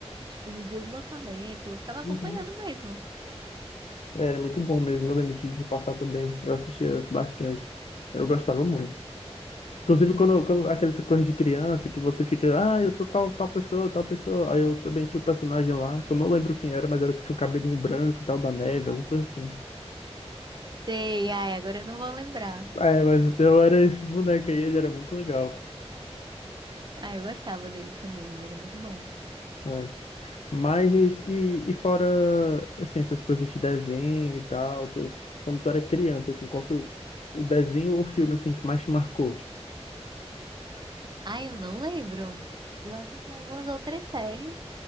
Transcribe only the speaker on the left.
Uhum.
Era muito bom mesmo, eu lembro de, de passar também. Eu assistia bastante. Eu gostava muito. Inclusive, quando, quando aquelas coisas de criança que você fica, ah, eu sou tal, tal pessoa, tal pessoa. Aí eu também tinha o um personagem lá, que eu não lembro quem era, mas era o que tinha o cabelinho branco e tal, da neve, alguma coisa assim.
É, mas eu era esse boneco aí, ele era muito legal.
É. Mas, e, e fora, assim, essas coisas de desenho e tal, tu- quando tu era criança, assim, qual foi o o desenho ou filme, assim, que mais te marcou?